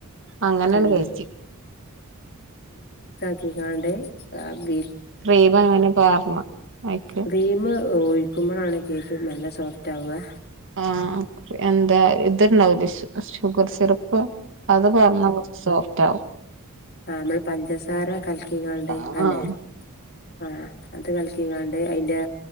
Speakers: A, on the right; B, on the left.
A: അങ്ങനണ്
B: തന്നെ
A: കയ്ച്ച്
B: ക്കീക്കാണ്ടെ ആഹ് ബീ
A: ക്രീമങ്ങനെ പാർന്ന് അയിക്ക്
B: ക്രീമ് ഒഴിക്കുമ്പളാണ് കേക്ക് ന്നല്ല സോഫ്റ്റാവ
A: ആഹ് എന്താ ത്ണ്ടാവൂലെ ഷ് ഷുഗർ സിറപ്പ് അത് പാർന്ന കൊർച്ച് സോഫ്റ്റാവും
B: ആഹ് നമ്മള് പഞ്ചസാര കൽക്കിങ്കാണ്ട്
A: ആഹ്
B: അല്ലെ ആഹ് അത് കൽക്കിങ്കാണ്ട് ഐന്റെ